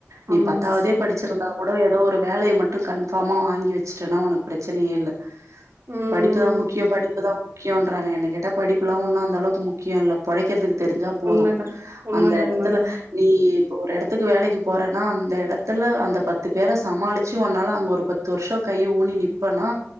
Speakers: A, on the right; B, on the right.
A: நீ
B: ஆமா
A: பத்தாவதே
B: சிஸ்டர்
A: படி ச்சிருந்தா கூட ஏதோ ஒரு வேலைய மட்டு கன்பாஃமா வாங்கி வச்சுடேனா உனக்கு பிரச்சனையே இல்ல
B: ம்
A: படிப்புதா
B: ம்
A: முக்கியோ படிப்புதா முக்கியோன்றாங்க என்ன கேட்டா படிப்புல்லா ஒன்னு அந்தளவுக்கு முக்கியோ இல்ல பொழைக்கிறதுக்கு தெருஞ்சா போது
B: உண்மதா உண்மதா
A: அந்த எடத்துல
B: உண்மதா
A: நீ இப்ப ஒரு எடத் துக்கு வேலைக்கு போறன்னா அந்த எடத்துல அந்த பத்து பேர சமாளிச்சு ஒன்னால அங்க ஒரு பத்து வருஷோ கைய ஊனி நி ப்பனா